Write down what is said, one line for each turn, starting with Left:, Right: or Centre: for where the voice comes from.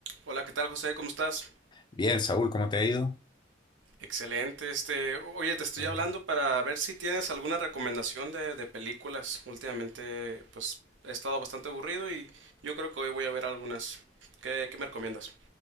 Right: Hola, ¿qué tal, José? ¿Cómo estás?
Left: Bien, Saúl, ¿cómo te ha ido?
Right: Excelente. Este, oye, te estoy
Left: Qué bueno.
Right: hablando para ver si tienes alguna recomendación de, de películas. Últimamente, pues he estado bastante aburrido y yo creo que hoy voy a ver algunas. ¿Qué, qué me recomiendas?